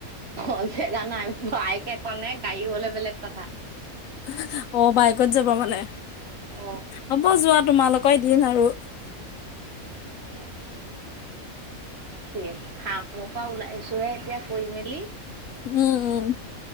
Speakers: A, on the right (about 50°); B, on the left (about 70°).
A: অ' জেগা নাই বাইকে ক নে গাড়ী হলে বেলেগ কথা।
B: <unintelligible> অ' বাইকত যাব মানে
A: অ
B: হ'ব যোৱা তোমালোকৰ দিন আৰ।
A: তাকে পৰা ওলাই আহিছোহে এতিয়া কৈ মেলি।
B: উম, উম।